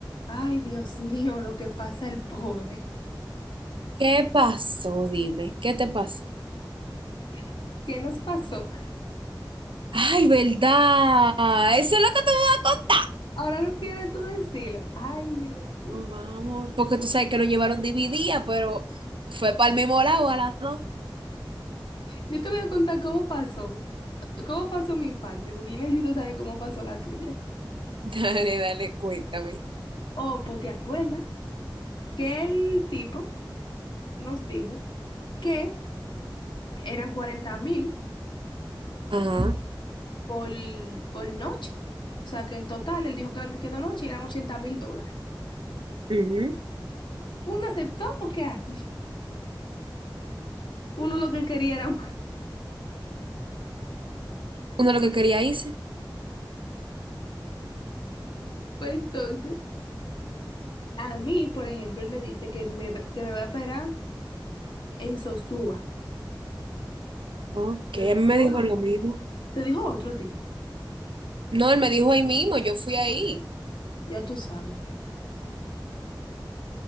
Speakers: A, on the left; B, on the right.
A: Ay, Dios mío, lo que pasa el pobre.
B: ¿Qué pasó? Dime, ¿qué te pasó?
A: <laughs> ¿Qué nos pasó?
B: Ay, ¿verdad? Eso es lo que te voy a contar.
A: Ahora no quiere tú decirlo. Ay, Dios
B: No,
A: mío.
B: vamos, porque tú sabes que lo llevaron dividida, pero fue para el mismo lado a las dos.
A: Yo te voy a contar cómo pasó, cómo pasó mi parte, porque yo necesito saber cómo pasó la tuya.
B: <laughs> Dale, dale, cuéntame.
A: Oh, pues te acuerdas que el tipo nos dijo que eran cuarenta mil
B: Ajá.
A: por, por noche. O sea, que en total él dijo que eran que de noche eran ochenta mil dólares.
B: ujú.
A: Uno aceptó porque ah, uno lo que quería era un... <laughs>
B: Uno lo que quería hice.
A: Pues entonces, a mí, por ejemplo, él me dice que me, que me va a esperar. en Sosúa.
B: Ok,
A: Yo
B: él
A: dije,
B: me
A: bueno,
B: dijo lo mismo.
A: te dijo otro a ti,
B: No, él me dijo ahí mismo, yo fui ahí.
A: ya tú sabes.